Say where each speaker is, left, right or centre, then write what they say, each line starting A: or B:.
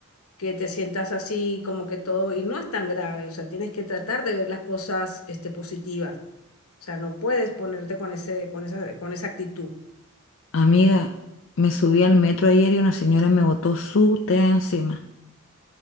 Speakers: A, on the left (about 80°); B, on the left (about 60°).
A: que te sientas así, como que todo, y no es tan grave, o sea, tienes que tratar de ver las cosas, este, positivas. O sea, no puedes ponerte con ese, con esa, con esa actitud.
B: Amiga, me subí al metro ayer y una señora me botó su té encima.